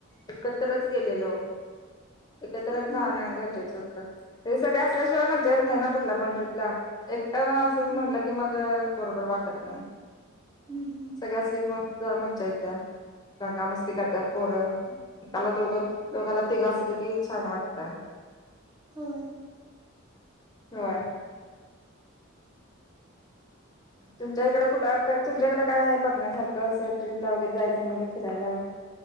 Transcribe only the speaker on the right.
हा
हम्म
हम्म हम्म
हो
<inaudible>